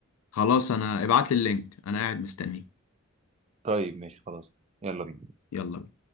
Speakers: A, on the left (about 85°); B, on the right (about 30°).
A: خلاص انا ابعت لي اللينك انا قاعد مستنيك
B: طيب ماشي خلاص يلا بينا
A: يلا بينا